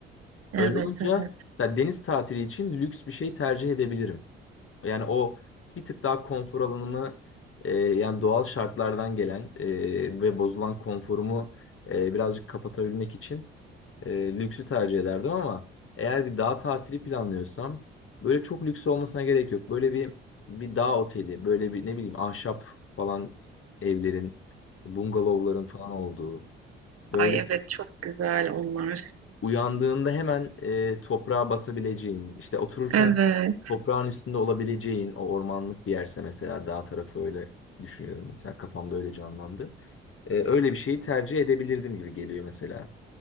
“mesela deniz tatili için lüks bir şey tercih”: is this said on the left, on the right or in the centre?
Left